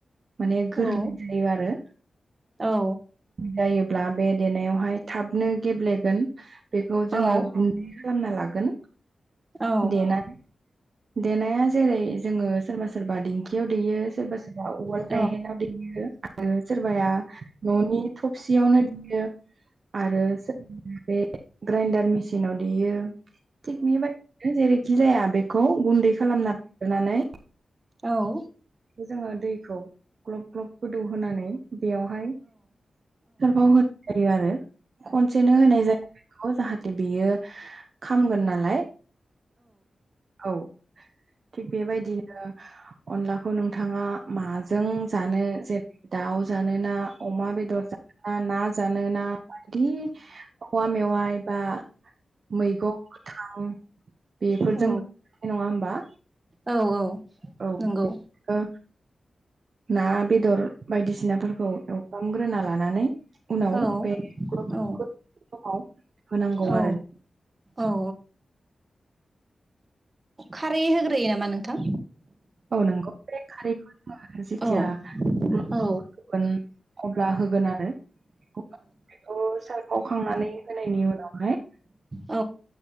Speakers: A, on the right; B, on the right.
A: माने
B: औ
A: गोरलै जायो आरो।
B: औ
A: जायोब्ला बे देनायावहाय थाबनो गेब्लेगोन। बेखौ जोङो
B: औ
A: गुन्दै खालामना लागोन
B: औ
A: देनानै। देनाया जेरै जोङो सोरबा सोरबा दिं खियाव दैयो सोरबा सोरबा उवाल
B: औ
A: गायहेनाव दैयो। आरो सोरबाया न'नि थबसियावनो देयो आरो <unintelligible> ग्राइन्डार मेसिनाव देयो थिग बेबाय जेरैखि जाया बेखौ गुन्दै खालामना लाग्रोनानै।
B: औ
A: जोङो दैखौ ग्लब ग्लब गोदौ होनोनानै। बेयावहाय होनाय जायो आरो खनसेनो होनाय जाया। जाहाथे बेयो खामगोन नालाय। औ थिग बेबायदिनो - अनलाखौ नोंथाङा माजों जानो जेरै दाउ जानोना अमा बेदर जानोना, ना जानोना, बिदि औवा मेवाय बा मैगं गोथां बेफोरजोंबो
B: औ
A: जाजायो नङा होमबा?
B: औ औ।
A: औ
B: नंगौ
A: बि <inaudible> नो ना बेदर बायदिसिनाफोरखौ एवफ्रामग्रोना लानानै उनाव
B: औ
A: बे <inaudible> समाव
B: औ
A: होनांगौ
B: औ
A: आरो।
B: औ औ। खारै होग्रोयो नामा नोंथां?
A: औ नंगौ बे खारैखौ जेथिया
B: औ
A: ग्लब
B: औ
A: ग्लब गोदौगोन अब्ला होगोन आरो। बेखौ' सारफावखांनानै होनायनि उनावहाय
B: औ